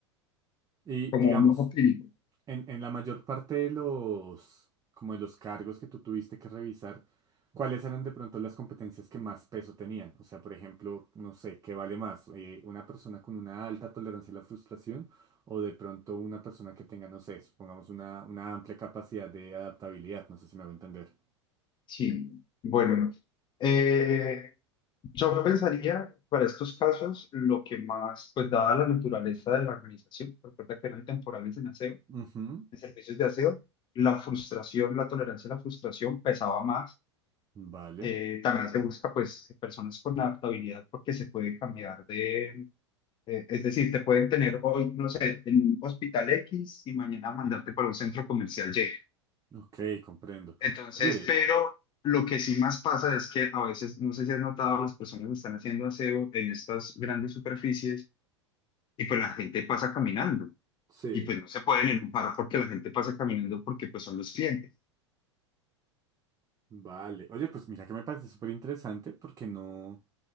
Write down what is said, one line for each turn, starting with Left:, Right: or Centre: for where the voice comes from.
Right: Y
Left: como
Right: digamos,
Left: un ojo clínico.
Right: En, en la mayor parte de los, como de los cargos que tú tuviste que revisar, ¿cuáles eran de pronto las competencias que más peso tenían? O sea, por ejemplo, no sé, ¿qué vale más? Eh, ¿una persona con una alta tolerancia a la frustración o de pronto una persona que tenga, no sé, supongamos una, una amplia capacidad de adaptabilidad? No sé si me va a entender.
Left: Sí, bueno. Eh, Yo pensaría, para estos casos, lo que más, pues dada la naturaleza de la organización, recuerda que eran temporales en aseo,
Right: Ujú.
Left: en servicios de aseo, la frustración, la tolerancia a la frustración pesaba más.
Right: Vale,
Left: Eh, también se busca, pues, personas con adaptabilidad porque se puede cambiar de, eh, es decir, te pueden tener hoy, no sé, en un hospital X y mañana mandarte para un centro comercial Y.
Right: ok, comprendo.
Left: Entonces,
Right: Oye,
Left: pero lo que sí más pasa es que a veces, no sé si has notado, las personas están haciendo aseo en estas grandes superficies y pues la gente pasa caminando
Right: sí.
Left: y pues no se pueden enojar porque la gente pasa caminando porque pues son los clientes.
Right: Vale. Oye, pues mira que me parece súper interesante porque no,